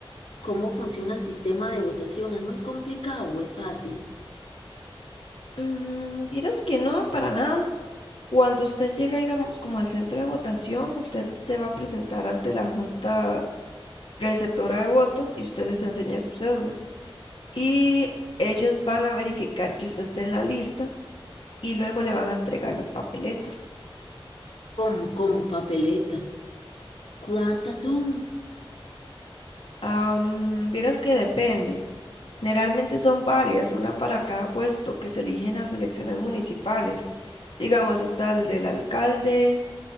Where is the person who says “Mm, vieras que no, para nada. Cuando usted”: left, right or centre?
Left